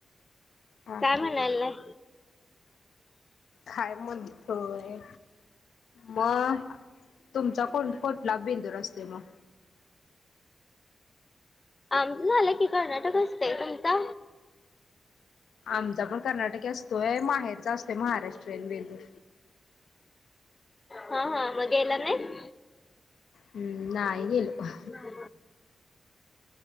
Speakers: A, on the left; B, on the left.
A: हा
B: काय
A: हा
B: म्हणालाय?
A: काय म्हणतोय मग तुमचा कोण कोठला बेंदुर असतोय मग?
B: आमचं झालं की कर्नाटकच ता
A: आमचा पण कर्नाटक असतोय माहेरचा असतोय महाराष्ट्रीयन बेंदूर.
B: हा हा मग गेला नई?
A: हम्म नाही गेलो.
B: <inaudible>